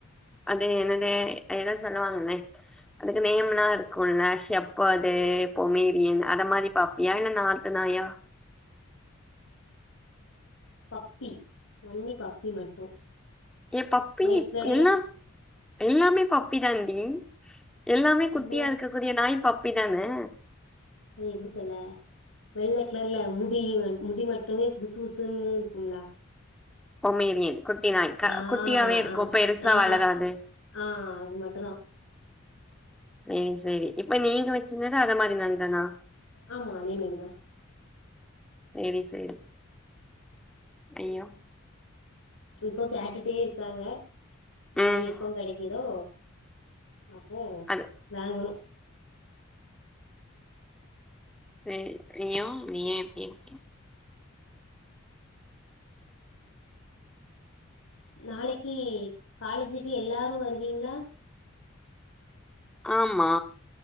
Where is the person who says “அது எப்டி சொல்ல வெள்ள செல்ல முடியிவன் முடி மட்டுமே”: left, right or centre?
Left